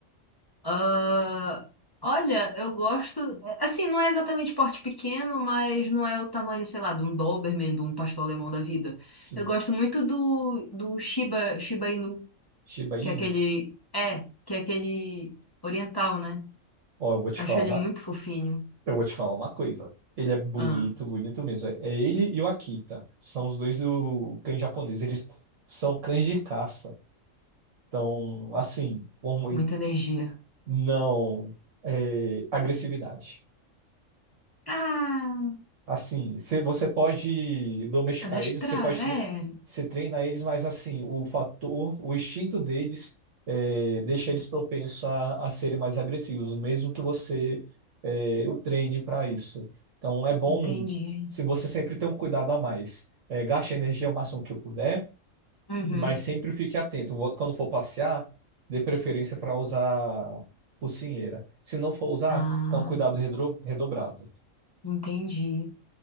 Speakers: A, on the left; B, on the right.
A: ah, olha, eu gosto. eh, Assim, não é exatamente porte pequeno, mas não é o tamanho, sei lá, de um Doberman, de um pastor alemão da vida.
B: Sim.
A: Eu gosto muito do, do Shiba, Shiba Inu.
B: Shiba Inu.
A: Que é aquele. É, que é aquele oriental, né?
B: Ó, eu vou te
A: Acho
B: falar
A: ele
B: uma,
A: muito fofinho.
B: eu vou te falar uma coisa. Ele é bonito,
A: Ah,
B: bonito mesmo. É é ele e o Akita. São os dois o cães japoneses. Eles são cães de caça. Então, assim, como-
A: muita energia.
B: não é, agressividade.
A: Ah,
B: Assim, cê- você pode domesticar
A: adestrar,
B: eles, você pode
A: é.
B: tre você treina eles, mas assim, o fator, o instinto deles é, deixa eles propensos a, a serem mais agressivos, mesmo que você é, o treine para isso. Então é bom
A: Entendi.
B: se você sempre tem um cuidado a mais. É, gaste a energia o máximo que puder,
A: Uhum.
B: mas sempre fique atento. Vo- Quando for passear, dê preferência para usar focinheira. Se não for usar,
A: Ah,
B: então cuidado redro- redobrado.
A: entendi.